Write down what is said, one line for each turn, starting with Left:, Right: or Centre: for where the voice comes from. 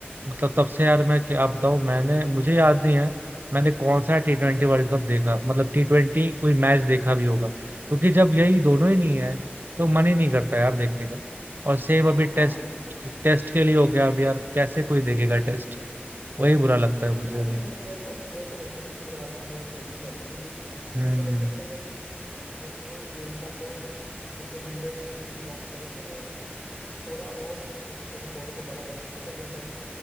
Right: मतलब तब से यार मैं क्या बताऊं मैंने मुझे याद नहीं है मैंने कौन सा टी ट्वेंटी वर्ल्ड कप देखा मतलब टी ट्वेंटी कोई मैच देखा भी होगा क्योंकि जब यही दोनों ही नहीं है तो मन ही नहीं करता यार देखने का और सेम अभी टेस्ट
Left: हाँ बिल्कुल बिल्कुल
Right: टेस्ट के लिए हो गया अब यार कैसे कोई देखेगा टेस्ट वही बुरा लगता है मुझे
Left: अभी
Right: अभी
Left: मेरे मेरे को मेरे को लगता है कि विराट ने थोड़ी जल्दी कर दी क्योंकि
Right: हम्म
Left: मेरे को लगता है कि अगर अब वो खेलता तो जैसे हंड्रेड्स की बात करें तो वो थोड़ा और उस रिकॉर्ड को बड़ा कर सकता था जो शायद